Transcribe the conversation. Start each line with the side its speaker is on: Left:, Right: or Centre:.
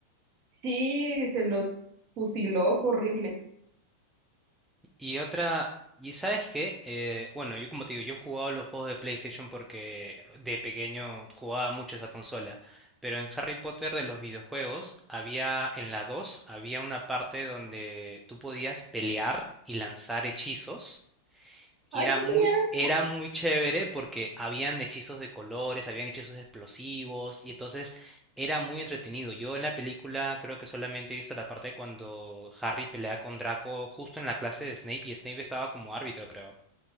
Right: Sí, se los fusiló, fue horrible.
Centre: Y otra... ¿Y sabes qué? Eh, bueno, yo como te digo, yo jugaba los juegos de PlayStation porque de pequeño jugaba mucho esa consola. Pero en Harry Potter de los videojuegos había, en la 2 había una parte donde tú podías pelear y lanzar hechizos. Y
Right: Ay,
Centre: era
Right: qué
Centre: muy,
Right: genial.
Centre: era muy chévere porque habían hechizos de colores, habían hechizos explosivos, y entonces era muy entretenido. Yo en la película creo que solamente he visto la parte cuando Harry pelea con Draco justo en la clase de Snape, y Snape estaba como árbitro, creo.